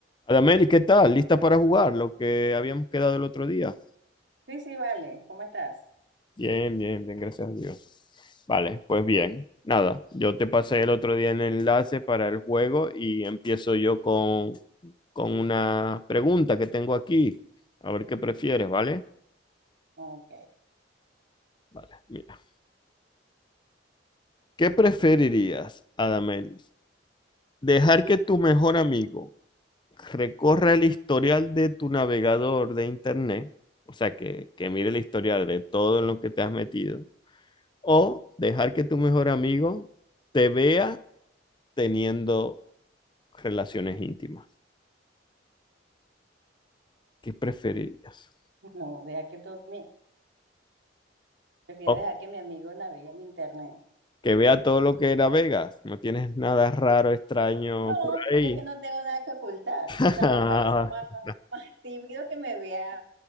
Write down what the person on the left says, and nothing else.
Adameli, ¿qué tal? ¿Lista para jugar? Lo que habíamos quedado el otro día.
Bien, bien, bien, gracias a Dios. Vale, pues bien. Nada, yo te pasé el otro día el enlace para el juego y empiezo yo con, con una pregunta que tengo aquí. A ver qué prefieres, ¿vale?
Vale, mira. ¿Qué preferirías, Adameli? ¿Dejar que tu mejor amigo recorra el historial de tu navegador de internet? O sea, que, que mire el historial de todo en lo que te has metido o dejar que tu mejor amigo te vea teniendo relaciones íntimas. ¿Qué preferirías?
O
que vea todo lo que era Vegas. No tienes nada raro, extraño
por
ahí.
<laughs>